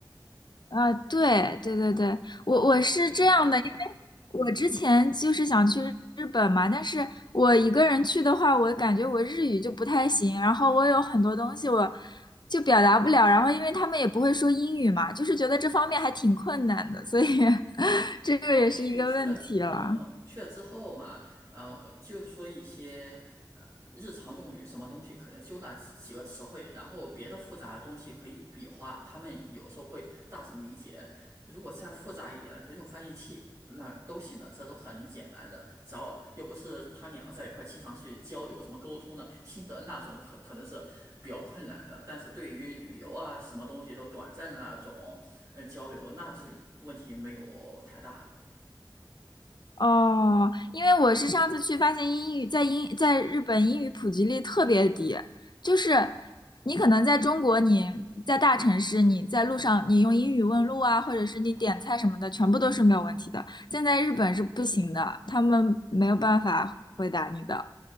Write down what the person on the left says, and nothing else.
啊，对对对对，
我我是这样的，
因为我之前就是想去日本嘛，但是我一个人去的话，我感觉我日语就不太行，然后我有很多东西我就表达不了，然后因为他们也不会说英语嘛，就是觉得这方面还挺困难的，所以 <laughs> 这个也是一个问题了。
哦，因为我是上次去发现英语在英在日本英语普及率特别低，就是你可能在中国你在大城市你在路上你用英语问路啊，或者是你点菜什么的，全部都是没有问题的。现在日本是不行的，他们没有办法回答你的，